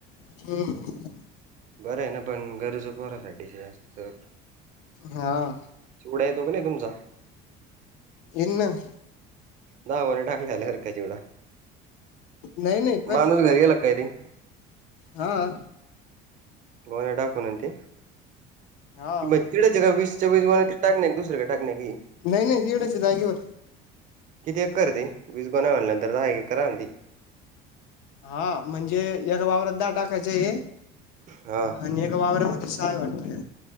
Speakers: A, on the left; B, on the right.
A: <inaudible>
B: बरं आहे ना पण गरजं पोरासाठीच असतप.
A: हां.
B: चिवड्या येतो का नाही तुमचा.
A: इन्न.
B: नावाने टाकल्या आल्या हरखा चिवडा,
A: नाही नाही
B: माणूस घरी गेला काय ते.
A: हं.
B: गोवण्या टाकून आन ते,
A: हा
B: ती म्हणते तीनं वीस चोवीस गोण्या टाक नाही दुसऱ्या टाक ने की.
A: नाही नाही एवढ्याशा जाागेवर.
B: किती एक्कर आहे ते, वीस गोण्या होण्या नंतर दहा एकर आणती.
A: हा म्हणजे एका वावरात दहा टाकायचे आहे.
B: हा.
A: आणि एका वावरामध्ये साय वाटतय.